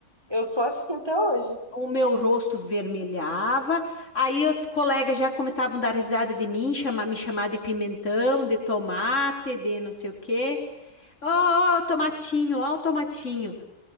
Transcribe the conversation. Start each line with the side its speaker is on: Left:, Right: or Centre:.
Right: Eu sou assim até hoje.
Left: o meu rosto vermelhava. Aí os colegas já começavam a dar risada de mim, chamar, me chamar de pimentão, de tomate, de não sei o quê. Ó, ó, o tomatinho, ó, o tomatinho.